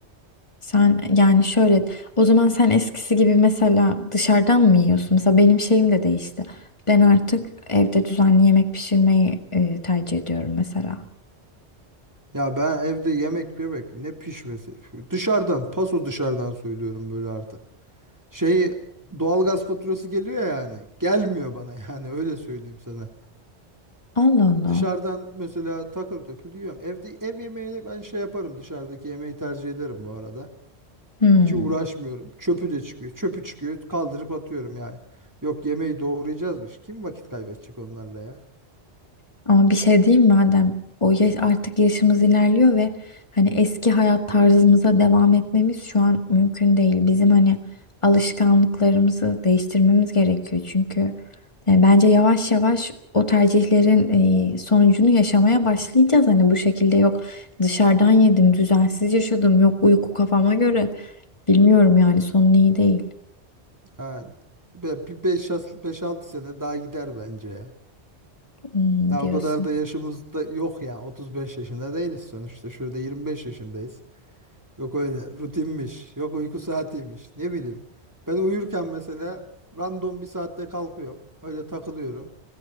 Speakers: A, on the left; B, on the right.
A: Sen yani şöyle o zaman sen eskisi gibi mesela dışarıdan mı yiyorsun? Mesela benim şeyim de değişti. Ben artık evde düzenli yemek pişirmeyi e, tercih ediyorum mesela.
B: Ya ben evde yemek yemek ne pişmesi. Dışarıdan, paso dışarıdan söylüyorum böyle artık. Şey doğalgaz faturası geliyor ya yani. Gelmiyor bana <laughs> yani öyle söyleyeyim sana.
A: Allah Allah.
B: Dışarıdan mesela takır takır yiyorum. Evde ev yemeğini ben şey yaparım dışarıdaki yemeği tercih ederim bu arada.
A: Hmm.
B: Hiç uğraşmıyorum. Çöpü de çıkıyor. Çöpü çıkıyor. Kaldırıp atıyorum yani. Yok yemeği doğrayacağızmış. Kim vakit kaybedecek onlarla ya?
A: Ama bir şey diyeyim mi Adem, o yaş, artık yaşımız ilerliyor ve hani eski hayat tarzımıza devam etmemiz şu an mümkün değil. Bizim hani alışkanlıklarımızı değiştirmemiz gerekiyor. Çünkü yani bence yavaş yavaş o tercihlerin e, sonucunu yaşamaya başlayacağız. Hani bu şekilde yok dışarıdan yedim, düzensiz yaşadım, yok uyku kafama göre. Bilmiyorum yani sonu iyi değil
B: Yani be- bir beş altı sene daha gider bence ya.
A: hmm,
B: Daha
A: diyorsun.
B: o kadar da yaşımız da yok ya. 35 yaşında değiliz sonuçta. Şurada 25 yaşındayız. Yok öyle rutinmiş. Yok uyku saatiymiş. Ne bileyim. Ben uyurken mesela random bir saatte kalkıyorum. Öyle takılıyorum.